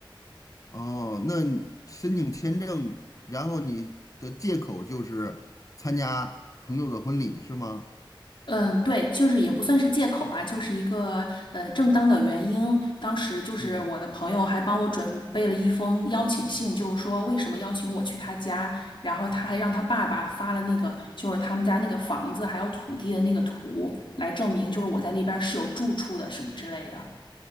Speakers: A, on the left (about 40°); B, on the left (about 65°).
A: 哦，那你申请签证，然后你的借口就是参加朋友的婚礼是吗？
B: 嗯，对，就是也不算是借口吧，就是一个呃正当的原因。当时就是我的朋友还帮我准备了一封邀请信，
A: 嗯，
B: 就是说为什么邀请我去他家，然后他还让他爸爸发了那个就是他们家那个房子还有土地的那个图，来证明就是我在那边是有住处的什么之类的。